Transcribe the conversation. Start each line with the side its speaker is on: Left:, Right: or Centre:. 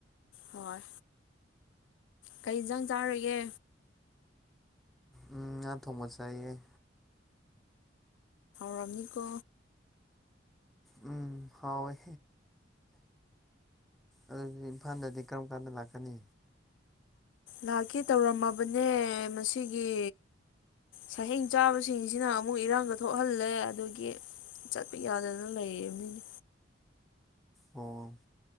Left: ꯍꯣꯏ ꯀꯩ ꯌꯦꯟꯖꯥꯡ ꯆꯥꯔꯒꯦ
Centre: ꯎ ꯑꯅꯥꯊꯣꯕꯖꯩ
Left: ꯔꯃꯤꯅꯤ ꯀꯣ
Centre: ꯎꯝ ꯍꯥꯎꯣꯏ ꯑꯗꯨꯗꯤ ꯏꯝꯐꯥꯜꯗꯗꯤ ꯀꯔꯝ ꯀꯥꯟꯗ ꯂꯥꯛꯀꯅꯤ
Left: ꯂꯥꯛꯀꯦ ꯇꯧꯔꯝꯃꯕꯅꯦ ꯃꯁꯤꯒꯤ ꯁꯍꯦꯡ ꯆꯥꯕꯁꯤꯡꯁꯤꯅ ꯑꯃꯨꯛ ꯏꯔꯥꯡꯗ ꯊꯣꯛꯍꯜꯂꯦ ꯑꯗꯨꯒꯤ ꯆꯠꯄꯤ ꯌꯥꯗ ꯑꯗꯨꯅ ꯂꯩꯌꯦꯃꯤꯅꯦ
Centre: ꯑꯣ